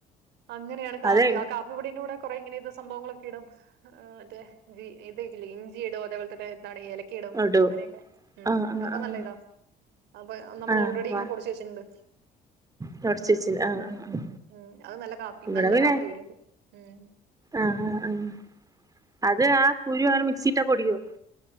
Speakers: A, on the right (about 80°); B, on the right (about 20°).
A: അങ്ങനെയാണ് കാപ്പി
B: അതെ
A: ആ കാപ്പി പൊടിന്റെ കൂടെ കൊറേ ഇങ്ങനെ ഇത്‌ സംഭവങ്ങളൊക്കെ ഇടും ആഹ് മറ്റേ ഞ്ചി ഇതെക്കെ ഇല്ലെ ഇഞ്ചിയിടും അതേപോൽതന്നെ എന്താണ് ഏലക്കയിടും
B: ഇടും
A: അങ്ങനെയൊക്കെ ഉം
B: ആഹ് ആഹ്
A: അപ്പൊ
B: ആഹ്
A: നല്ല ഇതാ അപ്പൊ നമ്മൾ
B: ആഹ്
A: ഓൾറെഡി
B: വാ
A: ഇങ്ങനെ പൊടിച്ച് വെച്ചിട്ട്ണ്ട്
B: തൊടച്ച് വെച്ചില്ല ആഹ് ആഹ് ആഹ്
A: ഉം അത് നല്ല കാപ്പി
B: ഇവിടെ
A: നല്ല
B: പിന്നെ
A: കാപ്പി വെരും അപ്പൊ ഉം
B: ആഹ് ആഹ് ആഹ് അത് ആ കുരു അങ്ങനെ മിക്സിയിട്ടാ പൊടിയോ